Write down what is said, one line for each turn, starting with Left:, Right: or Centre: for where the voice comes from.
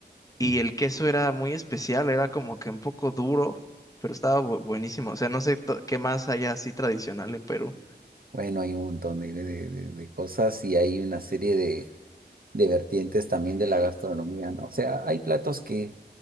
Left: y
Right: Sí.
Left: el queso era muy especial, era como que un poco duro, pero estaba bu- buenísimo. O sea, no sé to- qué más hay así tradicional en Perú.
Right: Bueno, hay un montón de, de- de- de cosas y hay una serie de, de vertientes también de la gastronomía, ¿no? O sea, hay platos que